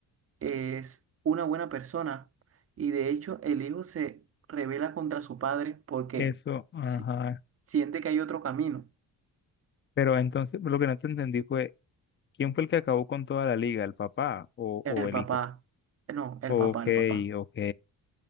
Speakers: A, on the right (about 30°); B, on the left (about 25°).
A: es una buena persona. Y de hecho, el hijo se revela contra su padre porque
B: Eso, ajá.
A: si- siente que hay otro camino.
B: Pero entonces lo que no te entendí fue, ¿quién fue el que acabó con toda la liga? ¿El papá o,
A: El
B: o el
A: papá,
B: hijo?
A: no, el
B: Ok,
A: papá, el papá.
B: ok,